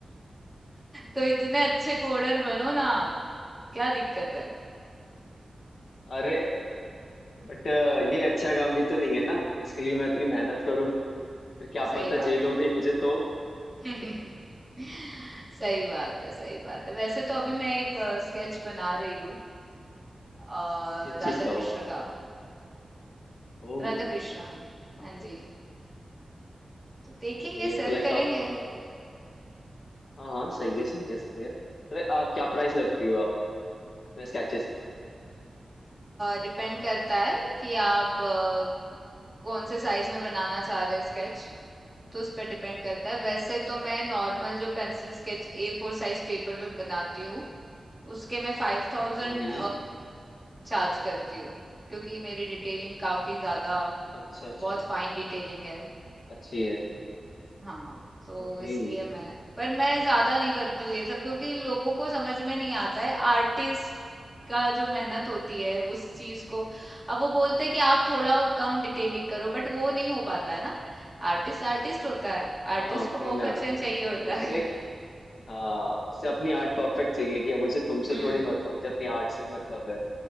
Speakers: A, in the centre; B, on the left.
A: तो इतने अच्छे कोडर बनो ना आप, क्या दिक्कत है?
B: अरे बट ये अच्छा काम भी तो नहीं है ना जिसके लिए मैं इतनी मेहनत करूं फिर क्या
A: सही
B: पता
A: बात
B: जेल हो
A: है।
B: गई मुझे तो
A: <laughs> सही बात है, सही बात है। वैसे तो अभी मैं एक स्केच बना रही हूँ अ,
B: इस
A: राधा
B: चीज का
A: कृष्ण
B: ऊपर
A: का।
B: ओह
A: राधा कृष्ण हाँ
B: काफी
A: हाँ जी
B: अच्छा
A: तो देखेंगे
B: ओके
A: सेल
B: तो लाइक
A: करेंगे
B: आप अ, हाँ हाँ सही है सही है सही है तो लाइक आप क्या प्राइस रखती हो आप स्केचेस की
A: डिपेंड करता है कि आप अ, कौन से साइज में बनाना चाह रहे हैं स्केच तो उस पर डिपेंड करता है वैसे तो मैं नॉर्मल जो pencil sketch A four size paper में बनाती हूँ उसके मैं फाइव थाउजेंड
B: हम्म
A: चार्ज करती हूँ क्योंकि मेरी डिटेलिंग काफी ज्यादा
B: अच्छा अच्छा
A: बहुत फाइन डिटेलिंग है
B: अच्छी है
A: हाँ तो
B: ओके
A: इसलिए मैं पर मैं ज्यादा नहीं करती हूँ ये सब क्योंकि लोगों को समझ में नहीं आता है आर्टिस्ट का जो मेहनत होती है उस चीज को अब वो बोलते हैं कि आप थोड़ा कम डिटेलिंग करो बट वो नहीं हो पाता है ना आर्टिस्ट आर्टिस्ट होता है
B: हाँ
A: आर्टिस्ट को
B: वही
A: परफेक्शन
B: ना
A: चाहिए होता
B: लाइक उससे
A: है
B: हाँ उससे अपनी आर्ट परफेक्ट चाहिए कि मुझे तुमसे
A: <laughs> हम्म
B: थोड़ी मतलब मुझे अपनी आर्ट से मतलब है